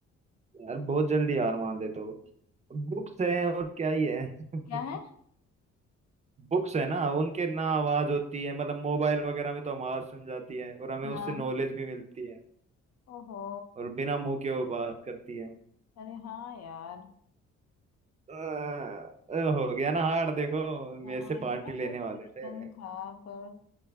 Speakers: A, on the right; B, on the left.
A: यार बहुत जल्दी हार मान लेते हो बुक्स हैं और क्या ही है
B: क्या है
A: <laughs> बुक्स है ना उनके ना आवाज होती है मतलब मोबाइल वगैरह में तो हम आवाज सुन जाती है और हमें उससे
B: हाँ
A: नॉलेज भी मिलती है
B: ओहो
A: और बिना मुंह के वो बात करती है
B: अरे हाँ यार
A: अह, हो गया ना हार देखो मेरे
B: हाँ
A: से पार्टी
B: इतना
A: लेने
B: सा क्वेश्चन
A: वाले थे
B: था पर